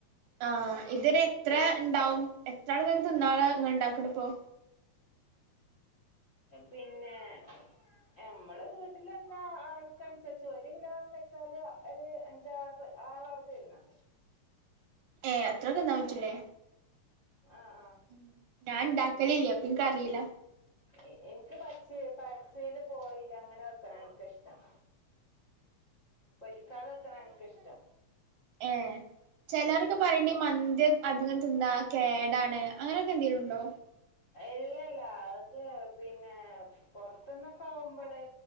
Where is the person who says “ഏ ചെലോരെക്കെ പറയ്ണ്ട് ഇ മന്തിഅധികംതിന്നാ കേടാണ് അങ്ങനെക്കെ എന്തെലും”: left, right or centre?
Right